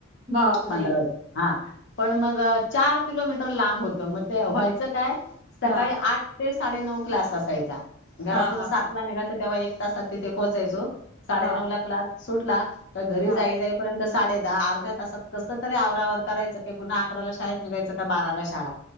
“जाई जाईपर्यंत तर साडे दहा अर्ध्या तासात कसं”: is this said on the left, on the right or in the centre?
Left